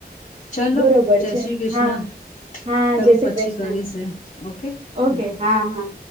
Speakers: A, on the left; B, on the right.
A: ચલોો
B: બરોબર
A: જય
B: છે
A: શ્રી કૃષ્ણ
B: હા હા
A: કરું
B: જય શ્રી
A: પછી
B: કૃષ્ણ
A: કરી છે, ઓકે
B: ઓકે
A: હમ
B: હા હા